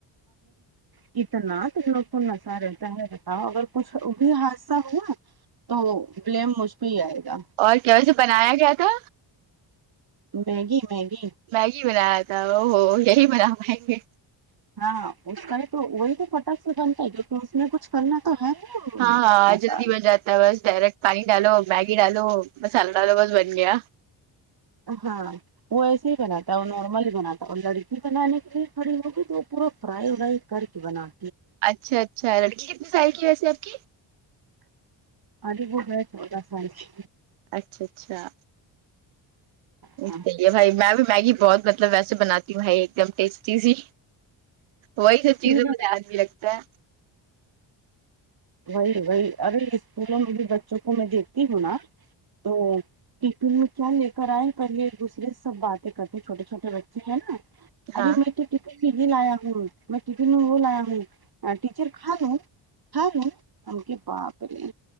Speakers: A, on the right (about 50°); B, on the right (about 75°).
A: کتنا لوگ کو نشہ رہتا ہے بتاؤ اگر کچھ بھی حادثہ ہوا تو بلیم مجھ پہ ہی آئے گا
B: اور کیا کہ بنایا کیا تھا
A: میگی میگی
B: میگی بنایا تھا او ہو یہی بنا پائیں گے
A: ہاں اس کا ہی تو وہی تو فٹک سے بنتا ہے جوکہ اس میں کچھ کرنا تو ہے نا
B: ہاں ہاں
A: مسال
B: جلدی بن جاتا بس ڈائریکٹ پانی ڈالو میگی ڈالو مسالا ڈالو بس بن گیا
A: ہاں وہ ایسے ہی بناتا ہے وہ نارمل بناتا ہے اور لڑکی بنانے کے لیے کھڑی ہوگی تو وہ پورا فرائی ہو رہا کر کے بناان
B: اچھا اچھا لڑکی کتنی سال کی ویسیے آپ کی
A: ابھی وہ ہیں چودہ سال کی
B: اچھا اچھا صحیح
A: ہاں
B: ہے بھائی میں بھی میگی بہت مطلب ویسے بناتی ہوںائی ایک دم ٹیسٹی سی وہی سب
A: اسکول
B: چیزیں
A: میں
B: مجھے یاد بھی لگتا ہے
A: وہی وہی ابھی اسکولوں میں بھی بچوں کو میں دیکتی ہوں نا تو تم کیا لے کر آئے پہلے ایک دوسرے سے سب باتیں کرتے چھوٹے چھوٹے بچے ہیں نا
B: ہاں
A: ابھی میں ٹفن میں یہ لایا ہوں میں ٹفن میں وہ لایا ہوں ٹیچر کھا لوں کھالوں ہم کہے باپ رے